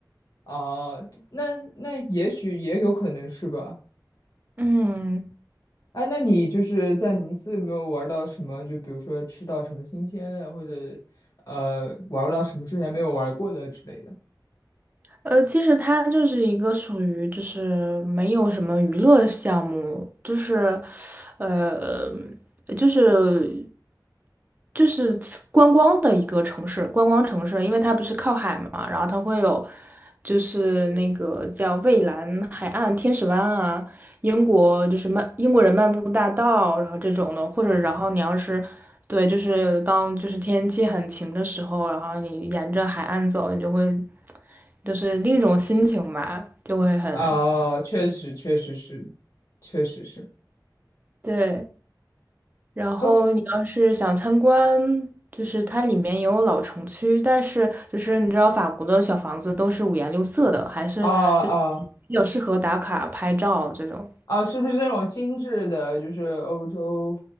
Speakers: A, on the left; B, on the right.
A: 哦，那那也许也有可能是吧。
B: 嗯，
A: 哎，那你就是在尼斯有没有玩到什么？就比如说吃到什么新鲜的，或者呃玩到什么之前没有玩过的之类的？
B: 呃，其实它就是一个属于就是没有什么娱乐项目，就是，呃，就是就是观光的一个城市，观光城市，因为它不是靠海嘛，然后它会有就是那个叫蔚蓝海岸、天使湾啊。英国就是漫英国人漫步大道，然后这种的，或者然后你要是对，就是当就是天气很晴的时候，然后你沿着海岸走，你就会就是另一种心情吧，就会很
A: 哦，确实，确实是，确实是。
B: 对。然后你要是想参观，
A: 哦，
B: 就是它里面也有老城区，但是就是你知道法国的小房子都是五颜六色的，还是就是
A: 哦哦
B: 比较适合打卡拍照这种。
A: 哦，是不是那种精致的，就是欧洲